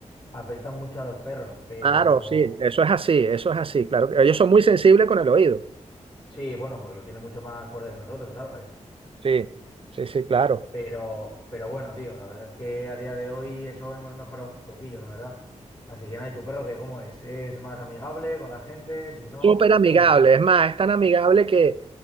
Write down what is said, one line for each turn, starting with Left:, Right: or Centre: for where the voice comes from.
Left: afectan mucho a los perros, pero
Right: Claro, sí, eso es así, eso es así, claro. Ellos son muy sensibles con el oído.
Left: sí, bueno, porque lo tiene mucho más fuerte que nosotros, ¿sabes?
Right: Sí, sí, sí, claro.
Left: Pero, pero bueno, tío, la verdad es que a día de hoy eso hemos mejorado un poquillo, la verdad. Así que nada, ¿y tu perro qué? ¿Cómo es? ¿Es más amigable con la gente? Si no,
Right: súper amigable.
Left: ¿cómo es?
Right: Es más, es tan amigable que,